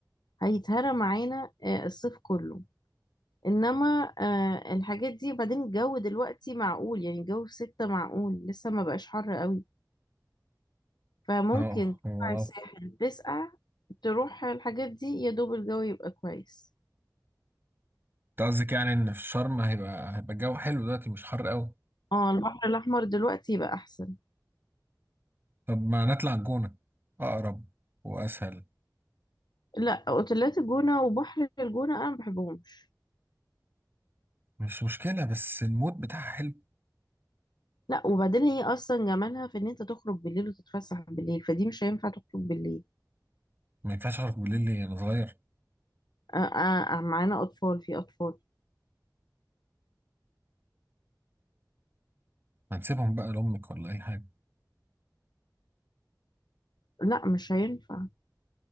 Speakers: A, on the left; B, on the right.
A: هيتهرى معانا آه، الصيف كله انما آه الحاجات دي بعدين الجو دلوقتي معقول يعني الجو في ستة معقول لسه ما بقاش حر قوي فممكن
B: اه
A: تطلع
B: هو
A: الساحل تسقع تروح الحاجات دي يا دوب الجو يبقى كويس
B: انت قصدك يعني ان في شرم هيبقى هيبقى الجو حلو دلوقتي مش حر قوي
A: اه البحر الاحمر دلوقتي يبقى احسن
B: طب ما نطلع الجونة اقرب واسهل
A: لا اوتيلات الجونة وبحر الجونة انا ما بحبهمش
B: مش مشكلة بس المود بتاعها حلو
A: لا وبعدين هي اصلا جمالها في ان انت تخرج بالليل وتتفسح بالليل فدي مش هينفع تخرج بالليل
B: ما ينفعش اخرج بالليل ليه انا صغير
A: آه آه آه، معانا اطفال في اطفال
B: ما نسيبهم بقى لامك ولا اي حاجة
A: لا مش هينفع